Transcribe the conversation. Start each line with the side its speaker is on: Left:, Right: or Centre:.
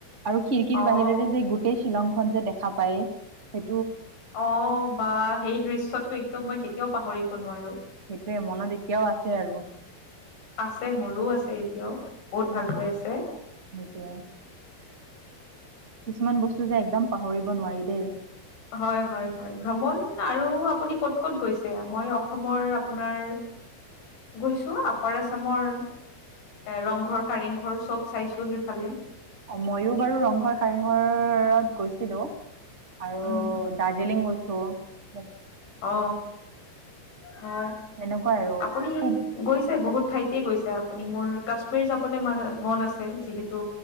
Right: আৰু খিৰিকীৰ
Left: অ',
Right: বাহিৰেৰে যে গোটেই শ্বিলং খন যে দেখা পায়। সেই
Left: অ বাঃ সেই দৃশ্যটো একদম মই কেতিয়াও পাহৰি ব নোৱাৰো।
Right: সেইটোৱে মনত এতিয়াও আছে আৰু
Left: আছে মোৰো আছে এতিয়াও বহুত ভালকৈ
Right: অ অ
Left: আছে
Right: সেইটোয়ে। কিছুমান বস্তু যে একদম পাহৰিব নোৱাৰি দেই।
Left: হয় হয় হয় ভ্ৰমণ আৰু আপুনি ক'ত ক'ত গৈছে? মই অসমৰ আপোনাৰ গৈছো আপাৰ আছামৰ এ ৰংঘৰ, কাৰেংঘৰ চব চাইছো সেইফালে।
Right: অ মইও বাৰু ৰংঘৰ কাৰেংঘৰত গৈছিলো। আৰু
Left: উম
Right: দাৰ্জিলিং গৈছো। ছো।
Left: অ অ
Right: সেনেকুৱাই আৰু
Left: আপুনি
Right: খুব
Left: গৈছে বহুত ঠাইত। গৈছে আপুনি মোৰ কাশ্মীৰ যাবলৈ মান মন আছে, যিহেতু